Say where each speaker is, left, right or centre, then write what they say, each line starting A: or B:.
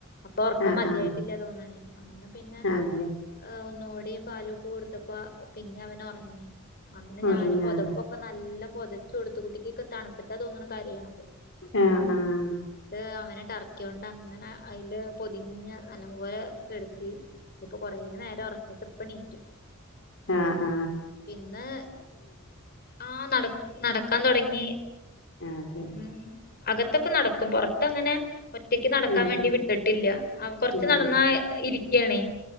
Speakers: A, on the left; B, on the left.
A: അപ്പൊ ഉർക്കം
B: ആഹ്
A: മതിയായിട്ടില്ല
B: ആഹ്
A: തോന്നണേ അങ്ങനെ പിന്നെ
B: അതെ
A: ഒന്നുകൂടിം പാലൊക്കെ കൊടുത്തപ്പ പിന്നെ അവന് ഉറങ്ങി അങ്ങനെ
B: ഉറങ്ങിയാ
A: ഞാൻ പൊതപ്പൊ ഇപ്പൊ നല്ല പൊതച്ചു കൊടുത്തുകുട്ടിക് തണുത്തിട്ടാ തോന്നുന്ന ഒരു കാര്യണത്
B: ആഹ ആഹ
A: ട്ട് അവനെ ട്ടർക്കിയൊണ്ട് അങ്ങനെ അയില് പൊതിഞ്ഞ് നല്ല പോലെ കിടത്തി കുറേനേരം ഉറങ്ങിയിട്ട് ഇപ്പൊ എഴുന്നേറ്റു
B: ആഹ ആഹ
A: ഇന്ന് ആഹ് നടക്ക് നടക്കാൻ തൊടങ്ങി
B: അതെ
A: ഉം അകത്തൊക്കെ നടക്കും പുറത്തങ്ങനെ ഒറ്റക്ക് നടക്കാൻ
B: ആഹ്
A: വേണ്ടി വിട്ടിട്ടില്ല അവ കൊറച്ച്
B: ഇല്ല
A: നടന്നാ ഇരിക്യാണേ